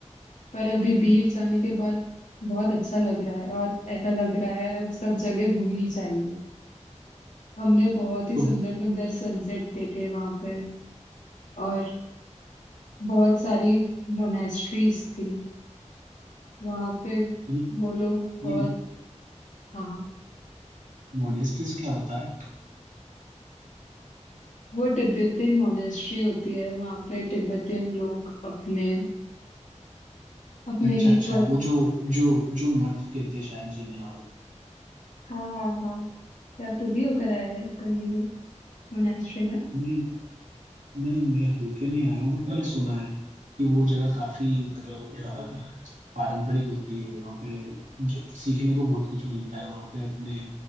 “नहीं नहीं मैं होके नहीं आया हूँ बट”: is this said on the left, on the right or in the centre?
Right